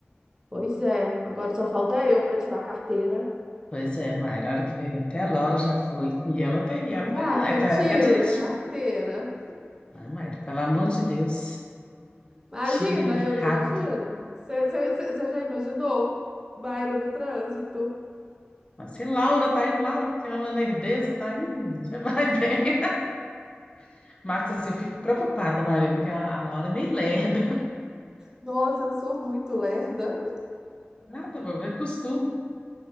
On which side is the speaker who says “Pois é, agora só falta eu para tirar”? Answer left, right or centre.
Right